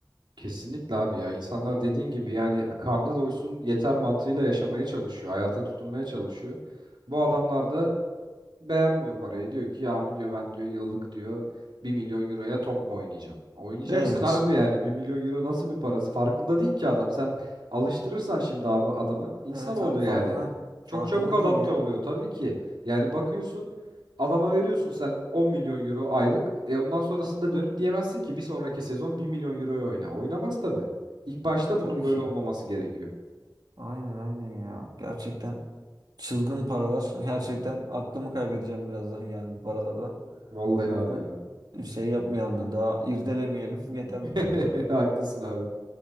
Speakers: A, on the right (about 85°); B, on the right (about 60°).
A: Kesinlikle abi ya insanlar dediğin gibi yani karnı doysun yeter mantığıyla yaşamaya çalışıyor hayata tutunmaya çalışıyor. Bu adamlar da beğenmiyor parayı. Diyor ki ya abi diyor ben diyor yıllık diyor bir milyon euroya top mu oynayacağım? Oynayacaksın
B: Evet.
A: <laughs> abi yani bir milyon euro nasıl bir parası? Farkında değil ki adam. Sen alıştırırsan şimdi abi adamı insan
B: Evet
A: oldu
B: abi farkına
A: yani.
B: farkında
A: Çok çabuk adapte
B: değil ya.
A: oluyor tabii ki. Yani bakıyorsun adama veriyorsun sen 10 milyon euro aylık. E ondan sonrasında dönüp diyemezsin ki bir sonraki sezon bir milyon euroya oyna. Oynamaz tabii. İlk başta
B: Tabii
A: bunun
B: ki.
A: böyle olmaması gerekiyor.
B: Aynen aynen ya. Gerçekten çılgın paralar. <laughs> Gerçekten aklımı kaybedeceğim biraz daha yani bu paralardan.
A: Vallahi
B: O
A: abi
B: yüzden
A: ya.
B: şey yapmayalım yani daha irdelemeyelim. <laughs> Yeter
A: <laughs>
B: bu kadar. <laughs>
A: Haklısın abi.